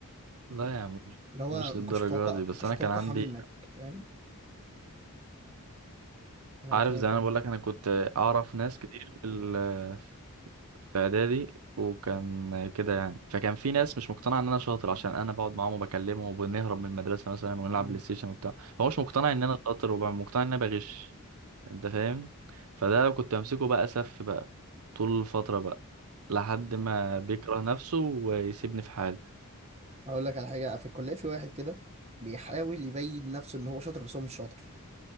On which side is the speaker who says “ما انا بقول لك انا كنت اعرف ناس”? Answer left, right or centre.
Right